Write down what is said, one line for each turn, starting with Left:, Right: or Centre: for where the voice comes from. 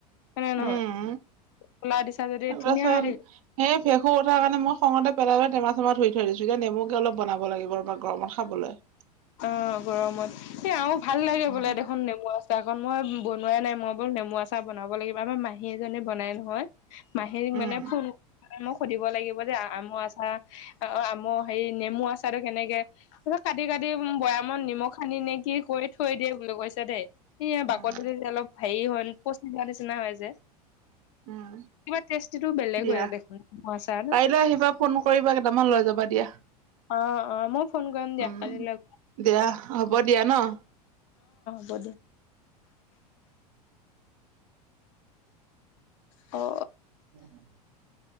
Left: হয় নে নহয়?
Right: উম
Left: ক'লা দিছা যদি
Right: তাৰপাছত
Left: ধুনীয়া হৈ থাকিব
Right: সেই ভেকুৰ উঠাৰ কাৰণে মই খঙতে পেলাই টেমা চেমা ধুই থৈ দিছো। এতিয়া নেমু কে অলপ বনাব লাগিব বা গৰমত খাবলৈ।
Left: অ' গৰমত এ আৰু ভাল লাগে
Right: উম
Left: বোলে দেখোন নেমু আচাৰ। চাৰকণ মই বনোৱাই নাই, মই বল নেমু আচিৰ বনাব লাগিব, আমাৰ মাহী এজনীয়ে বনাই নহয়। মাহীক
Right: উম
Left: মানে ফোন মোক সুধিব লাগিব যে আমৰ আচাৰ অ আম হেৰি নেমু আচাৰতো কেনেকে কাটি কাটি দি বৈয়ামত নিমখ সানি নে কি কৰি থৈ দিয়ে বুলি কৈছে দে। স
Right: উম
Left: বাকলটো যে অলপ হেৰি হয় পচি যোৱা নিচিনা হয় যে
Right: উম।
Left: কিবা টেষ্টিটো বেলেগ
Right: দিয়া,
Left: হয় দেখোন আচাৰটো
Right: কাইলৈ আহিবা ফোন কৰিবা কেইটামান লৈ যাবা দিয়া।
Left: অ, অ, মই ফোন কৰিম দিয়া
Right: উম
Left: কালি অ,
Right: দিয়া হ'ব দিয়া ন
Left: হ'ব দে। অ
Right: <inaudible>